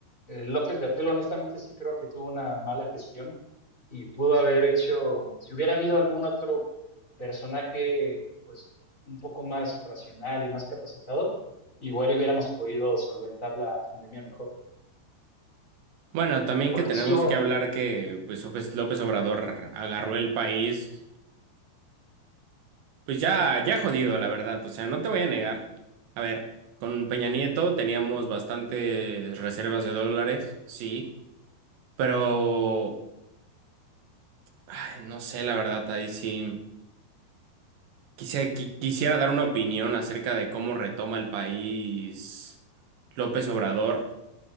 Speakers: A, on the left; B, on the right.
A: eh, López Gatel, honestamente sí creo que tuvo una mala gestión y pudo haber hecho, si hubiera habido algún otro personaje, pues un poco más racional y más capacitado, igual hubiéramos podido solventar la pandemia mejor.
B: Bueno, también
A: Porque
B: que tenemos
A: sí hubo
B: que hablar que pues López, López Obrador agarró el país, pues ya, ya jodido, la verdad. O sea, no te voy a negar. A ver, con Peña Nieto teníamos bastantes reservas de dólares, sí, pero ay, no sé, la verdad, ahí sí. Quise- qui- quisiera dar una opinión acerca de cómo retoma el país López Obrador.